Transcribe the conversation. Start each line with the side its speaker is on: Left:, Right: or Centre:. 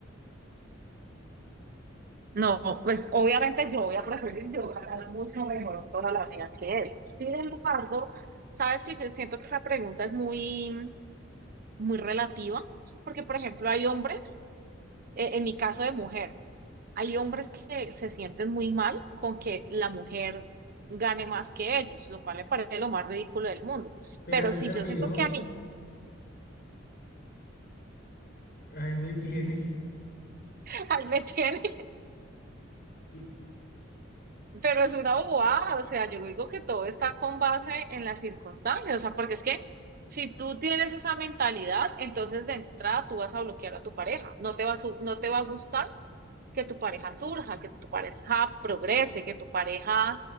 Right: No, pues obviamente yo voy a preferir yo ganar mucho mejor toda la vida que él. Sin embargo, sabes que yo siento que esa pregunta es muy, muy relativa, porque por ejemplo hay hombres, eh, en mi caso de mujer, hay hombres que se sienten muy mal con que la mujer gane más que ellos, lo cual me parece lo más ridículo del mundo.
Left: deja
Right: Pero
Left: hay un
Right: si
Left: servidor,
Right: yo siento que a mí,
Left: ahí me tiene.
Right: <laughs> ahí me tiene
Left: Y-
Right: Pero es una bobada, o sea, yo digo que todo está con base en las circunstancias, o sea, porque es que si tú tienes esa mentalidad, entonces de entrada tú vas a bloquear a tu pareja, no te va a, su- no te va a gustar que tu pareja surja, que tu pareja progrese, que tu pareja